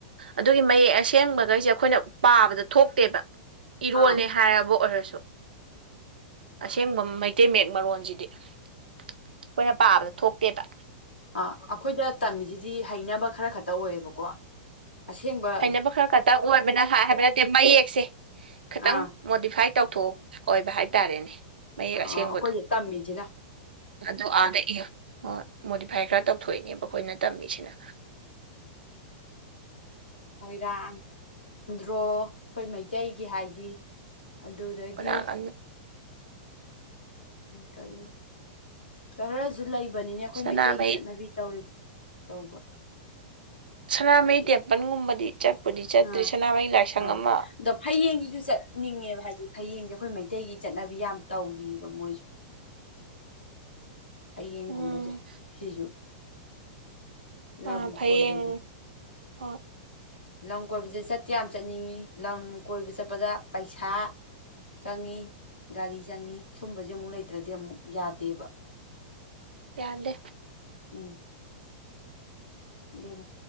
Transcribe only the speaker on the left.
ꯑꯥ
ꯑ ꯑꯩꯈꯣꯏꯗ ꯇꯝꯃꯤꯁꯤꯗꯤ ꯍꯩꯅꯕ ꯈꯔ ꯈꯛꯇ ꯑꯣꯏꯌꯦꯕꯀꯣ ꯑꯁꯦꯡꯕ
ꯑꯥ
ꯑꯩꯈꯣꯏꯗ
ꯇꯝꯃꯤꯁꯤꯅ
ꯃꯣꯏꯔꯥꯡ ꯑꯟꯗ꯭ꯔꯣ ꯑꯩꯈꯣꯏ ꯃꯩꯇꯩꯒꯤ ꯍꯥꯏꯗꯤ ꯑꯗꯨꯗꯒꯤ
ꯀꯔꯤ ꯈꯔꯁꯨ ꯂꯩꯕꯅꯤꯅꯦ ꯑꯩꯈꯣꯏ
ꯃꯩꯇꯩꯒꯤ ꯆꯠꯅꯕꯤ ꯇꯧ ꯇꯧꯕ
ꯍꯧꯖꯤꯛ
ꯑꯥ
ꯑꯥ
ꯑꯗꯣ ꯐꯌꯦꯡꯁꯤꯁꯨ ꯆꯠꯅꯤꯡꯉꯦꯕ ꯍꯥꯏꯗꯤ ꯐꯌꯦꯡꯁꯦ ꯑꯩꯈꯣꯏ ꯃꯩꯇꯩꯒꯤ ꯆꯠꯅꯕꯤ ꯌꯥꯝ ꯇꯧꯔꯤꯕ ꯃꯣꯏꯁꯨ ꯍꯌꯦꯡꯒꯨꯝꯕꯁꯦ
ꯁꯤꯁꯨ ꯂꯝ
ꯀꯣꯏꯕꯁꯦ
ꯂꯝ ꯀꯣꯏꯕꯁꯦ ꯆꯠꯇ ꯌꯥꯝ ꯆꯠꯅꯤꯡꯉꯤ ꯂꯝ ꯀꯣꯏꯕ ꯆꯠꯄꯗ ꯄꯩꯁꯥ ꯆꯪꯉ ꯒꯥꯔꯤ ꯆꯪꯏ ꯁꯨꯝꯕꯁꯦ ꯑꯃꯨꯛ ꯂꯩꯇ꯭ꯔꯗꯤ ꯑꯃꯨꯛ ꯌꯥꯗꯦꯕ
ꯎꯝ ꯑꯗꯨꯅꯦ